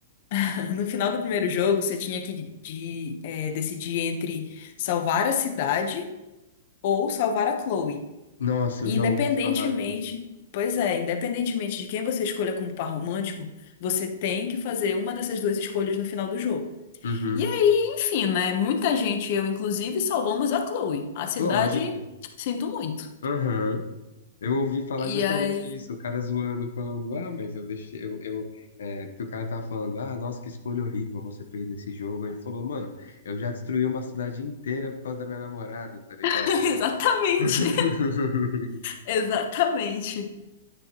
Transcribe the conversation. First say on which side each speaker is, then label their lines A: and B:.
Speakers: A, on the left; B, on the left.
A: <laughs> No final do primeiro jogo, você tinha que de- é, decidir entre salvar a cidade ou salvar a Chloe.
B: Nossa, eu
A: E
B: já
A: Independentemente.
B: ouvi falar disso.
A: Pois é, independentemente de quem você escolha como par romântico, você tem que fazer uma dessas duas escolhas no final do jogo.
B: Uhum.
A: E aí, enfim, né? Muita gente, eu inclusive, salvamos a Chloe. A cidade,
B: Lógico.
A: sinto muito.
B: Uhum. Eu ouvi falar justamente
A: E aí.
B: isso, o cara zoando, falando, ah, mas eu deixei, eu, eu é, porque o cara tava falando, ah, nossa, que escolha horrível você fez nesse jogo. Aí Ele falou, mano, eu já destruí uma cidade inteira por causa da minha namorada, tá ligado?
A: <laughs> Exatamente.
B: <laughs>
A: Exatamente.